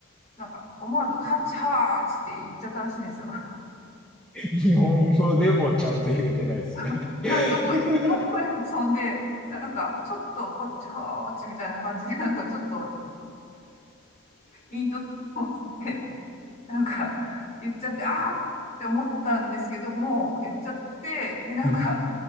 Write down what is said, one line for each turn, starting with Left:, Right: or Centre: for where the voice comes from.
Left: なんか、思わず、ハッチハーチって言っちゃったらしいんですよ。
Centre: 日本語でもちゃんと言えてないですね。
Left: <laughs>
Centre: は
Left: ちゃんとこう、英語っぽい発音で、なんか、ちょっと、ホッチハーチみたいな感じで、なんか、ちょっと、<laughs> いいいと思ってなんか、言っちゃって、あーって思ったんですけども、言っちゃって、で、なんか、
Centre: い。